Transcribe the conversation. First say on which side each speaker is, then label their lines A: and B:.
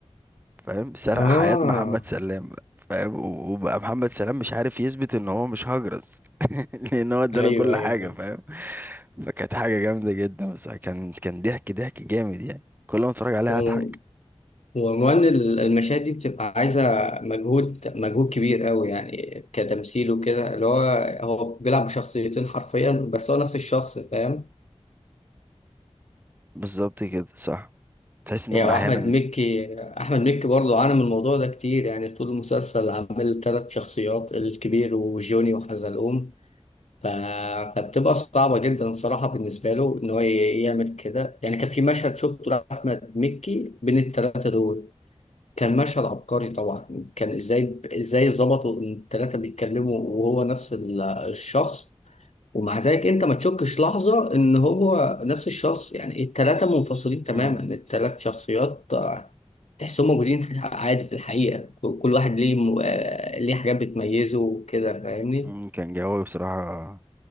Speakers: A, on the right; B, on the left.
A: فاهم سرق
B: اه
A: حياة محمد سلام بقى فاهم و- وبقى محمد سلام مش عارف يثبت ان هو مش هجرس <laughs> لان هو اداله
B: ايوه
A: كل
B: ايوه
A: حاجة
B: ايوه
A: فاهم فكانت حاجة جامدة جدا بس كان كان ضحك ضحك جامد يعني كل ما اتفرج عليها
B: و-
A: اضحك
B: وعنوان ال- المشاهد دي بتبقى عايزه مجهود مجهود كبير قوي يعني كتمثيل وكده اللي هو هو بيلعب بشخصيتين حرفيا بس هو نفس الشخص فاهم
A: بالظبط كده صح تحس انهم
B: يعني
A: احيانا
B: احمد مكي احمد مكي برضه عانى من الموضوع ده كتير يعني طول المسلسل عامل ثلاث شخصيات الكبير وجوني وحزلقوم ف... فبتبقى صعبه جدا الصراحه بالنسبه له ان هو ي- يعمل كده يعني كان في مشهد شفته لاحمد مكي بين الثلاثه دول كان مشهد عبقري طبعا كان ازاي ازاي ظبطوا ان الثلاثه بيتكلموا وهو نفس ال- الشخص ومع ذلك انت ما تشكش لحظة ان هو نفس الشخص يعني التلاتة منفصلين تماما
A: مم،
B: التلات شخصيات آه، تحسهم موجودين عادي في الحقيقة كل كل واحد ليه م... آه، ليه حاجات بتميزه وكده فاهمني؟
A: مم، كان جوي بصراحة